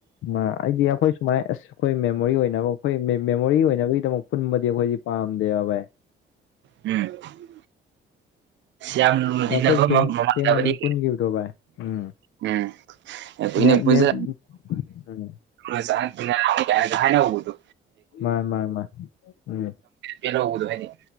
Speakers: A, on the left (about 80°); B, on the right (about 65°).
A: ꯑꯩꯗꯤ ꯑꯩꯈꯣꯏ ꯁꯨꯃꯥꯏꯅ ꯑꯁ ꯑꯩꯈꯣꯏ ꯃꯦꯃꯣꯔꯤ ꯑꯣꯏꯅꯕ ꯑꯩꯈꯣꯏ ꯃꯦꯃꯣꯔꯤ ꯑꯣꯏꯅꯕꯒꯤꯗꯃꯛ ꯄꯨꯟꯕꯗꯤ ꯑꯩꯈꯣꯏꯗꯤ ꯄꯥꯝꯗꯦꯕ ꯚꯥꯏ
B: ꯎꯝ ꯌꯥꯝꯅ ꯂꯨꯅ ꯇꯤꯟꯅꯕ
A: ꯑꯩꯈꯣꯏ ꯁꯦꯡ
B: ꯃꯃꯥꯡꯖꯕꯅꯤ
A: ꯁꯦꯡꯅ ꯑꯗꯨꯝ ꯄꯨꯟꯈꯤꯕꯗꯣ ꯚꯥꯏ ꯎꯝ
B: ꯎꯝ ꯀꯨꯏꯅ
A: ꯃꯦ
B: ꯄꯨꯟꯖꯟ
A: ꯃꯦꯝ ꯎꯝ
B: <unintelligible> ꯍꯥꯏꯅꯍꯧꯕꯗꯣ
A: ꯃꯥ ꯃꯥꯥꯏ ꯃꯥ ꯎꯝ
B: ꯩꯅ ꯍꯗ ꯍꯥꯏꯗꯤ